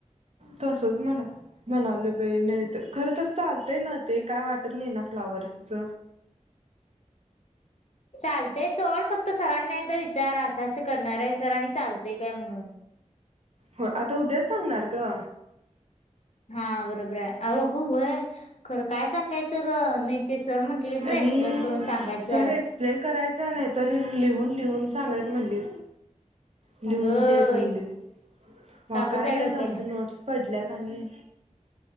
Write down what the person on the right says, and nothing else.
तसंच म्हण. म्हणालोय बाई नाही, तर खरं तस चालतंय ना ते, काय वाटत नाही ना फ्लॉवर्सच.
होय, आता उद्याच सांगणार ग.
आणि
सर एक्सप्लेन करायचं नाही तर, लिहून -लिहून सांगायचं म्हणलीत. लिहून
द्याच
म्हणलीत, मग
काय
लिहायचं
आमचे नोट्स? पडल्यात आणि